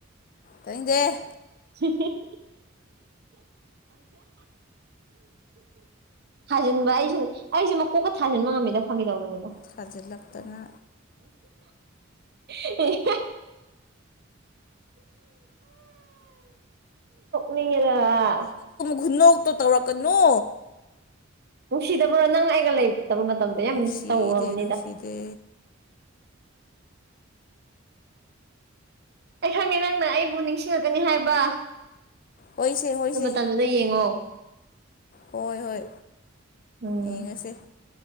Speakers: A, on the left; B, on the right.
A: ꯇꯔꯤꯗꯦ
B: <unintelligible> ꯊꯥꯖꯤꯟꯕ ꯑꯩꯁꯨ ꯑꯩꯁꯨꯦ ꯃꯀꯣꯛꯀ ꯊꯥꯖꯤꯟꯕ ꯉꯝꯃꯤꯗꯅ ꯐꯪꯒꯦ ꯇꯧꯕꯅꯦ
A: ꯊꯥꯖꯤꯜꯂꯛꯇꯅ
B: <unintelligible> ꯅꯤꯡꯉꯗ
A: ꯈꯨꯨꯟꯅꯧꯇꯣ ꯇꯧꯔꯛꯀꯅꯨ
B: ꯅꯨꯡꯁꯤꯗꯕꯣ ꯅꯪ ꯑꯩꯒ ꯂꯩꯇꯕ ꯃꯇꯝꯗꯣ ꯌꯥꯝ
A: ꯅꯨꯡꯁꯤꯗꯦ
B: ꯃꯤꯁ ꯇꯧꯕꯅꯤꯗ
A: ꯅꯨꯡꯁꯤꯗꯦ
B: ꯑꯩ ꯈꯪꯉꯦ ꯅꯪꯅ ꯑꯩꯕꯨ ꯅꯤꯡꯁꯤꯡꯂꯛꯀꯅꯤ ꯍꯥꯏꯕ ꯑꯗꯨ
A: ꯍꯣꯏꯁꯦ ꯍꯣꯏꯁꯦ
B: ꯃꯇꯝꯗꯨꯗ ꯌꯦꯡꯉꯣ
A: ꯍꯣꯏ ꯍꯣꯏ
B: ꯎꯝ
A: ꯌꯦꯡꯉꯁꯦ